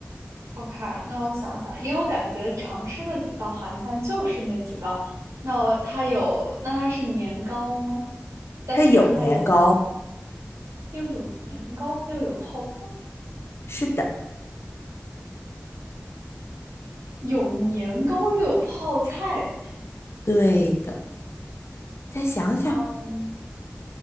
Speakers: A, on the right; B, on the left.
A: OK，那我想想，因为我感觉常吃的几道韩餐就是那几道。那我它有，那它是年糕吗？但是你说它有
B: 它有年糕，
A: 又有年糕，它又有泡菜，
B: 是的，
A: 有年糕又有泡菜。
B: 对的。再想想，
A: 嗯，